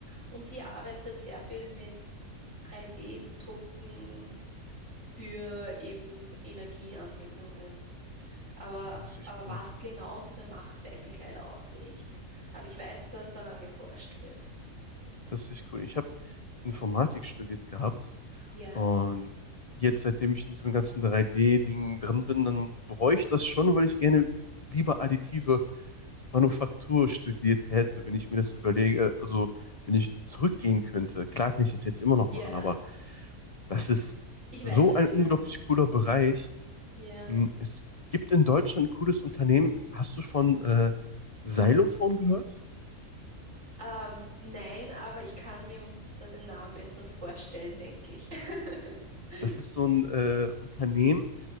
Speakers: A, on the right (about 55°); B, on the left (about 55°).
A: und die arbeitet sehr viel mit 3D-Drucken für eben Energieanwendungen. Aber,
B: Das ist echt
A: aber
B: cool.
A: was genau sie da macht, weiß ich leider auch nicht. Aber ich weiß, dass daran geforscht wird.
B: Das ist echt cool. Ich habe Informatik studiert gehabt
A: Ja?
B: und jetzt, seitdem ich in diesem ganzen 3D-Ding drin bin, dann bereue ich das schon, weil ich gerne lieber additive Manufaktur studiert hätte, wenn ich mir das überlege, also wenn ich zurückgehen könnte. Klar kann ich das jetzt immer noch
A: Ja,
B: machen, aber das ist
A: ich
B: so
A: weiß, was
B: ein
A: du
B: unglaublich
A: meinst.
B: cooler Bereich.
A: Ja.
B: Hm, Es gibt in Deutschland ein cooles Unternehmen. Hast du von äh, Xylophon gehört?
A: Ähm, nein, aber ich kann mir unter den Namen etwas vorstellen, denke ich. <laughs>
B: Das ist so ein äh, Unternehmen,